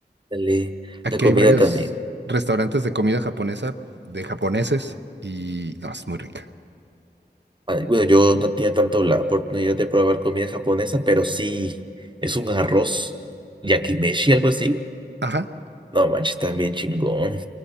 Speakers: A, on the right; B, on the right.
A: Dale,
B: Aquí
A: la comida
B: hay varios
A: también.
B: restaurantes de comida japonesa, de japoneses, y no, es muy rica.
A: Ah, Bueno, yo no tenía tanto la oportunidad de probar comida japonesa, pero sí es un arroz yakimeshi, algo así.
B: Ajá,
A: No manches, también chingón.